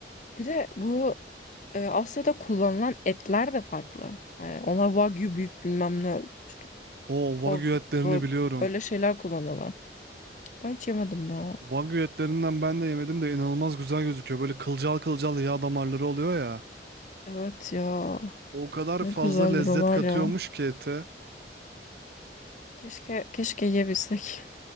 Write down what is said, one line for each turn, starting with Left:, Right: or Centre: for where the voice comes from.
Left: Bir de bu e, Asya'da kullanılan etler de farklı. Yani onlar wagyu beef bilmem ne işte
Right: O
Left: pork
Right: Wagyu etlerini
Left: ro-
Right: biliyorum.
Left: öyle şeyler kullanıyorlar. Ben hiç yemedim ya.
Right: Wagyu etlerinden ben de yemedim de inanılmaz güzel gözüküyor. Böyle kılcal kılcal yağ damarları oluyor ya.
Left: Evet ya.
Right: O kadar
Left: Ne
Right: fazla
Left: güzeldir
Right: lezzet
Left: o var
Right: katıyormuş
Left: ya.
Right: ki ete.
Left: Keşke keşke yiyebilsek. <laughs>